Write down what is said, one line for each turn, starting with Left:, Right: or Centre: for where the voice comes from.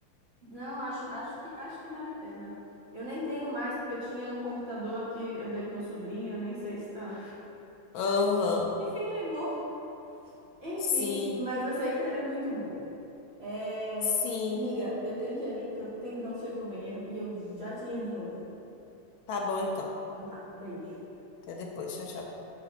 Right: Não, acho, acho que, acho que vale a pena. Eu nem tenho mais, porque eu tinha num computador que eu dei pro meu sobrinho, eu nem sei se tá.
Left: Aham.
Right: <laughs> Enfim, levou. Enfim,
Left: Sim,
Right: mas eu sei que era muito bom. É...
Left: sim.
Right: Miga, eu tenho que ir ali, que eu tenho que dar um chego no banheiro e eu já te ligo de novo.
Left: Tá bom, então.
Right: Então tá, beijo.
Left: Até depois. Tchau, tchau.